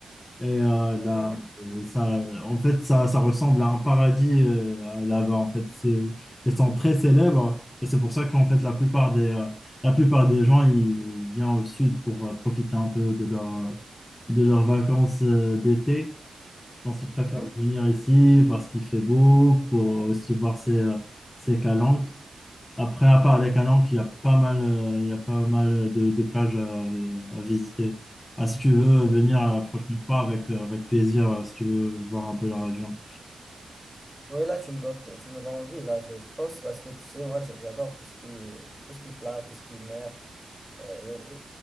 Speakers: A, on the left; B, in the centre.
A: Et euh, là,
B: mhm,
A: euh, ça, en fait, ça, ça ressemble à un paradis euh, là-bas. En fait, c'est, ils sont très célèbres et c'est pour ça qu'en fait, la plupart des, euh, la plupart des gens, ils viennent au sud pour euh, profiter un peu de leur, euh, de leurs vacances euh, d'été. Je pense qu'ils préfèrent
B: mhm.
A: venir ici parce qu'il fait beau, pour aussi voir ces, euh, ces calanques. Après, à part les Calanques, il y a pas mal, euh, il y a pas mal de, de plages à, à visiter. Ah, si tu veux venir la prochaine fois avec, euh, avec plaisir, euh, si tu veux voir un peu la région.
B: Oui, là, tu me donnes, tu me donnes envie, là, je, je pense, parce que tu sais, moi, j'adore tout ce qui est, tout ce qui est plage, tout ce qui est mer. Euh, et,